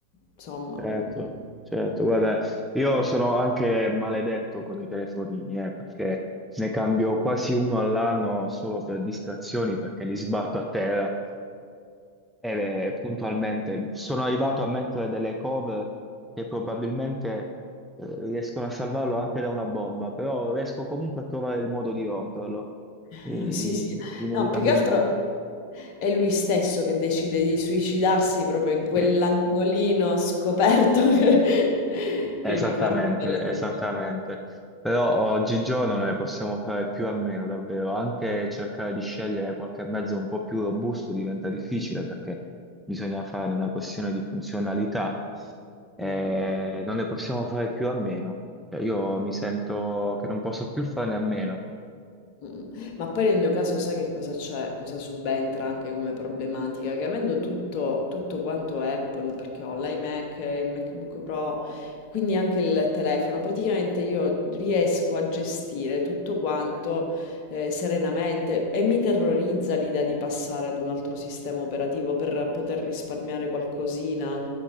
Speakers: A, on the left (about 45°); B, in the centre.
A: insomma.
B: Certo,
A: mm.
B: certo. Guarda, io sono anche maledetto con i telefonini, eh, perché ne cambio quasi uno all'anno solo per distrazioni, perché li sbatto a terra e eh, puntualmente sono arrivato a mettere delle cover che probabilmente eh, riescono a salvarlo anche da una bomba, però riesco comunque a trovare il modo di romperlo,
A: Eh,
B: eh,
A: sì, sì.
B: inevitabilmente.
A: No, più che altro è lui stesso che decide di suicidarsi proprio in quell'angolino
B: Sì.
A: scoperto <laughs> che, che
B: Esattamente,
A: gli fa rompere
B: esattamente.
A: tutto.
B: Però oggigiorno non ne possiamo fare più a meno, davvero. Anche cercare di scegliere qualche mezzo un po' più robusto diventa difficile perché bisogna fare una questione di funzionalità. Eh,
A: Mm.
B: non ne possiamo fare più a meno. Cioè, io mi sento che non posso più farne a meno.
A: Mm. Ma poi nel mio caso sai che cosa c'è, cosa subentra anche come problematica? Che avendo tutto, tutto quanto Apple, perché ho l'iMac, il MacBook Pro, quindi anche il telefono, praticamente io riesco a gestire tutto quanto eh, serenamente e mi terrorizza l'idea di passare ad un altro sistema operativo per poter risparmiare qualcosina.